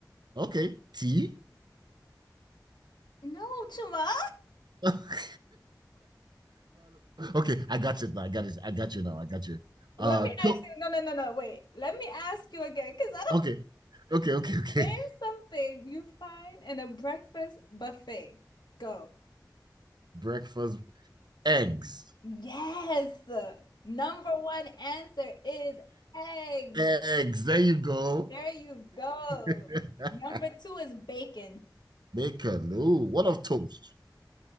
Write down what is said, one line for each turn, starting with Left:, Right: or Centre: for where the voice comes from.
Right: okay. Tea.
Left: No, Chuma.
Right: <laughs> uh, okay, I got you now. I got it. I got you now. I got you.
Left: <laughs> Let
Right: Uh,
Left: me ask
Right: to-
Left: you. No, no, no, no. Wait. Let me ask you again, because I don't
Right: okay, okay, okay, okay.
Left: name something you find in a breakfast buffet. Go.
Right: <laughs> Breakfast eggs.
Left: Yes. Number one answer is eggs.
Right: E- Eggs. There you go.
Left: There you go.
Right: <laughs>
Left: Number two is bacon.
Right: Bacon. Ooh, what
Left: Yeah.
Right: of toast